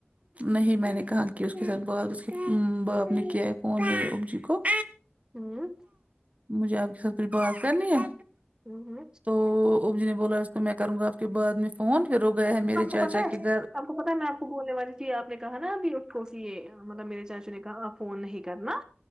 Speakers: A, on the right; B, on the right.
A: نہیں میں نے کہا کے اس کے ساتھ بعد اس کے باپ نے کیا ہے فون میرے اپب جی کو
B: ہوں
A: مجھے آپ کہ سے پھر بات کرنی ہے
B: ہوں ہوں
A: تو اب جی نے بولا اس تو میں کروں گا اسکے بعد میں فون پھر وہ گیا ہے میرے
B: آپ کو
A: چاچا
B: پتا ہے
A: کے گھر
B: آپ کو پتا ہے میں آپ کو بولنے والی تھی آپ نے کہا نا ابھی کونسی یہ مطلب میرے چاچو نے کہا فون نہیں کرنا